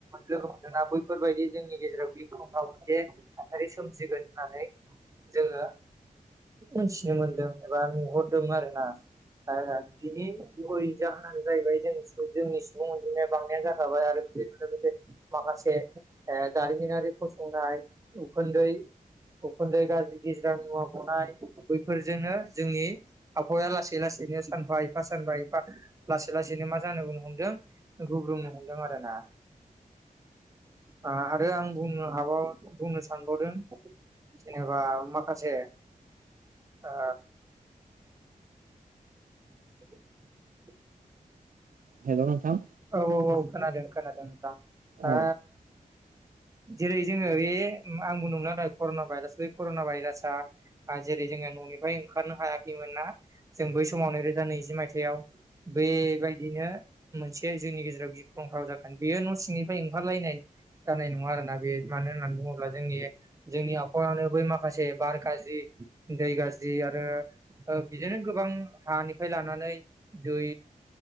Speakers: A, on the right; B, on the right.
A: लोगो मोनदोंना बैफोरबायदि जोंनि गेजेराव बि फनाव मोनसे थासारि सोमजिगोन होननानै जोङो मोनथिनो मोनदों एबा नुहरदों आरो ना। ओ बिनि गुबै जाहोनानो जाहैबाय जों जोंनि सुबुं अनजिमाया बांनायानो जाखाबाय आरो। लोगोसे माखासे दारिमिनारि फसंनाय उखुन्दै। उखन्दै गाज्रि गिजिरा मुवा गनाय बैफोरजोंनो जोंनि आफबहावाया लासै लासैनो सानफा एफा सानफा एफा लासै लासैनो मा जानो होन हमदों गुब्रुंनो हमदों आरो ना। ओ आरो आं बुंनो हाब बुंनो सानबावदों। जेनेबा माखासे ओ। <inaudible>
B: हेल' नोंथां
A: औ औ औ खोनादों खोनादों दा
B: औ
A: ओ। जेरै जोङो बे आंबो न मोनला दा कर'ना भाइरास बे कर'ना भाइरासआ जेरै जोङो न'निफ्राय ओंखारनो हायाखैमोन ना जों बै समाव नैरोजा नैजि मायथाइयाव बेबायदि बेदिनो मोनसे जोंनि गेजेराव गिख्रंथाव जागोन बेयो न' सिंनिफ्राय ओंखारलायनाय। जानाय नङा आरोना बे मानो होननानै बुङोब्ला जोंनि जोंनि आबहावायानो बै माखासे बार गाज्रि दै गाज्रि आरो बिदिनो गोबां हानिफ्राय लानानै दै।